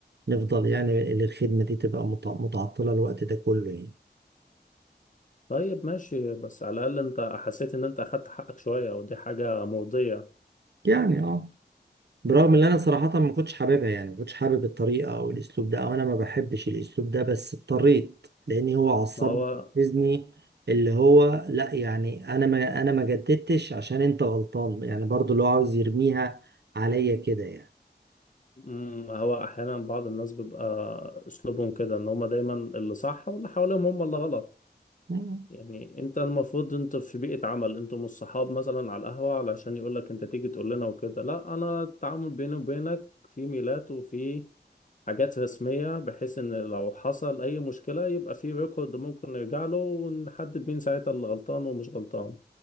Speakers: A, on the right (about 70°); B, on the left (about 45°).
A: نفضل يعني الخدمة دي تبقى متع- متعطلة الوقت ده كله يعني
B: طيب ماشي بس على الاقل انت حسيت ان انت اخدت حقك شوية ودي حاجة مرضية
A: يعني اه برغم ان انا صراحة ما كنتش حاببها يعني ما كنتش حابب الطريقة او الاسلوب ده او انا ما بحبش الاسلوب ده بس اضطريت لان هو عصبني
B: ما هو
A: وحفزني اللي هو لا يعني انا ما انا ما جددتش عشان انت غلطان يعني برضو اللي هو عاوز يرميها عليا كده يعني
B: مم، هو احيانا بعض الناس بيبقى اسلوبهم كده ان هم دايما اللي صح واللي حواليهم هم اللي غلط
A: مم.
B: يعني انت المفروض انت في بيئة عمل انتوا مش صحاب مثلا على القهوة علشان يقول لك انت تيجي تقول لنا وكده لا انا التعامل بيني وبينك في ميلات وفي حاجات رسمية بحيث ان لو حصل اي مشكلة يبقى في ريكورد ممكن نرجع له ونحدد مين ساعتها اللي غلطان ومش غلطان